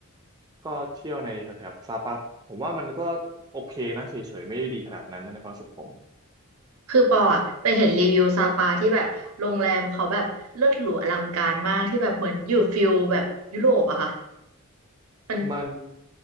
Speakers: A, on the right; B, on the right.
A: ก็เที่ยวในแถบซาปาผมว่ามันก็โอเคนะเฉยๆไม่ได้ดีขนาดนั้นนะในความรู้สึกผม
B: คือปออะไปเห็นรีวิวซาปาที่แบบโรงแรมเขาแบบเลิศหรูอลังการมากที่แบบเหมือนอยู่ฟิลแบบยุโรปอะค่ะมัน
A: มัน